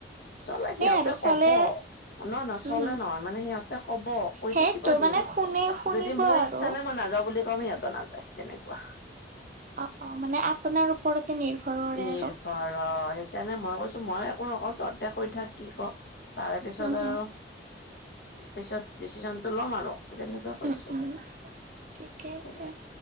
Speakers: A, on the left; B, on the right.
A: চলে সিহঁতে
B: আৰু
A: কব
B: চলে
A: নহ নচলে
B: উম হম
A: নহয় মানে সিহঁতে কব কৈ
B: সেইটো
A: থাকিব দিম।
B: মানে শুনে শুনিব
A: যদি মোৰ
B: আৰু
A: ইচ্ছা নাই মই নাযাওঁ বুলি কম সিহঁতো নাযায় তেনেকুৱা।
B: অ অ মানে আপোনাৰ ওপৰতে নিৰ্ভৰ কৰে
A: নিৰ্ভৰ
B: আৰু।
A: অ সেইকাৰণে মই কৈছো মই একো নকওঁ তহতে কৈ থাক কি কও তাৰে পিছত
B: উম হম
A: আৰু পিছত ডিচিচন টো ল'ম আৰু তেনেকুৱা। কৈছো।
B: উম উম ঠিকে আছে
A: সেয়াই